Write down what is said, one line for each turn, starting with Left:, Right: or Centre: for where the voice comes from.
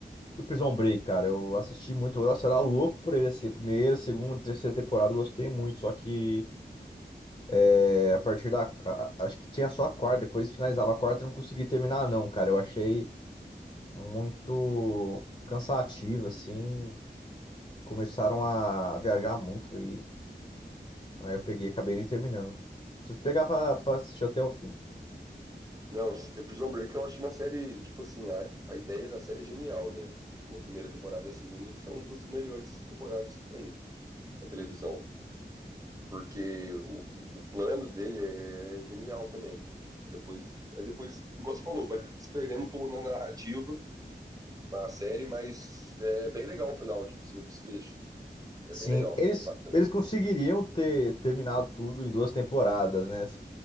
Left: o Prison Break, cara, eu assisti muito, nossa, eu era louco por ele, assim, a primeira, segunda, terceira temporada, eu gostei muito, só que É, a partir da. a- acho que tinha só a quarta, depois finalizava a quarta e não consegui terminar, não, cara. Eu achei muito cansativo, assim. Começaram a viajar muito e aí eu peguei e acabei nem terminando. Preciso pegar pra, pra assistir até o fim.
Right: Não, é Prison Break eu acho uma série, tipo assim, a, a ideia da série é genial, né? A primeira temporada e a segunda são das melhores temporadas que tem na televisão. porque o, o plano dele é genial também. Aí depois, aí depois, igual você falou, vai se perdendo um pouco na narrativa, na série, mas é bem legal o final, tipo assim, o desfecho. É
Left: Sim,
Right: bem legal,
Left: eles,
Right: é bacana.
Left: eles conseguiriam ter terminado tudo em duas temporadas, né?